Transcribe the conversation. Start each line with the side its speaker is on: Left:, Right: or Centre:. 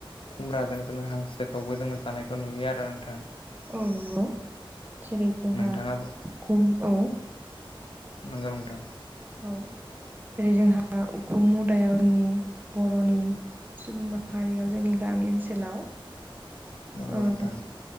Left: खुमब्राजों जोङो हांसोखौबो जोङो जानायखौ नुयो आरो नोंथां।
Right: औ नंगौ जेरै जोंहा
Left: नोंथाङाबो
Right: खुम औ।
Left: नंगौ नोंथां।
Right: औ जेरै जोंहा उखुम मुदायाव जोंनि बर'नि सुबुं माहारियाव जोंनि गामि ओनसोलाव।
Left: नंगौ
Right: ओ
Left: नोंथां